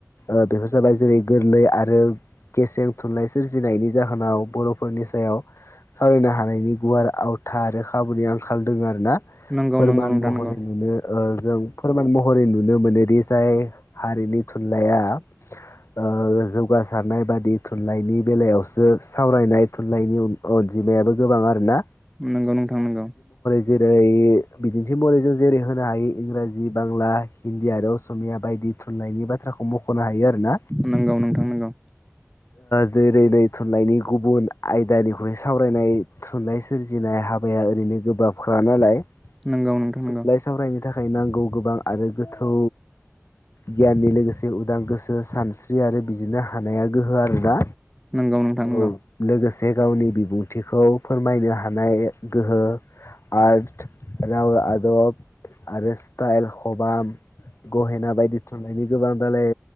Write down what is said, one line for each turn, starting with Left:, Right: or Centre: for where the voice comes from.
Left: ओ बेफोर जाबाय जेरै गोरलै आरो गेसें थुनलाइ सोरजिनायनि जाहोनाव बर'फोरनि सायाव सावरायनो हानायनि गुवार आवथा आरो खाबुनि आंखाल दङ आरो ना
Centre: नोंगौ
Left: फोरमान
Centre: नोंगौ नोंथां
Left: महरै
Centre: नोंगौ
Left: नुनो ओ जों फोरमान महरै नुनो नुनो मोनोदि जाय हारिनि थुनलाइया ओ जौगासारनाय बादि थुनलाइनि बेलायावसो सावरायनाय थुनलाइनि अनजिमायाबो गोबां आरो ना
Centre: नोंगौ नोंथां नोंगौ
Left: जेरै बिदिन्थि मरै जों जेरै होनो हायो इंराजि बांला हिन्दी आरो असमिया बायदि थुनलाइनि बाथ्राखौ मख'नो हायो आरोना
Centre: नंगौ नोंथां नंगौ
Left: जेरै नै थुनलाइनि गुबुन आयदानिख्रुइ सावरायनाय थुनलाइ सोरजिनाय हाबाया ओरैनो गोबाब खा नालाय
Centre: नंगौ नोंथां
Left: थुनलाइ
Centre: नोंगौ
Left: सावरायनो थाखाय नांगौ गोबां आरो गोथौ गियाननि लोगोसे उदां गोसो सानस्रि स्रि आरो बिदिनो हानाया गोहो आरोना
Centre: नोंगौ नोंगौ नोंथां नोंगौ
Left: औ लोगोसे जे गावनि बिबुंथिखौ फोरमायनो हानाय गोहो आर्ट राव आदब आरो स्टाइल खबाम गहेना बायदि थुनलाइनि गोबां दालाय